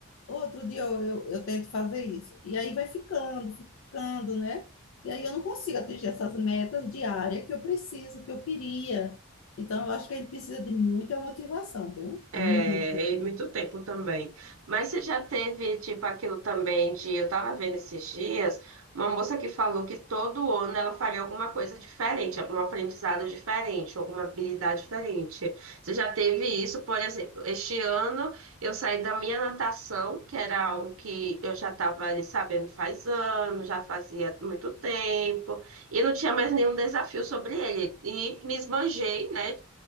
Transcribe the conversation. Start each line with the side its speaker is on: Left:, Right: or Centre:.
Left: Outro dia eu, eu, eu tento fazer isso. E aí vai ficando, ficando, né? E aí eu não consigo atingir essas metas diárias que eu preciso, que eu queria. Então eu acho que a gente precisa de muita motivação, viu?
Right: É,
Left: Muita.
Right: e muito tempo também. Mas você já teve, tipo, aquilo também de. Eu tava vendo esses dias uma moça que falou que todo ano ela faria alguma coisa diferente, algum aprendizado diferente, alguma habilidade diferente. Você já teve isso, por exemplo, este ano eu saí da minha natação, que era algo que eu já estava ali sabendo faz anos, já fazia muito tempo, e não tinha mais nenhum desafio sobre ele. E me esbanjei, né,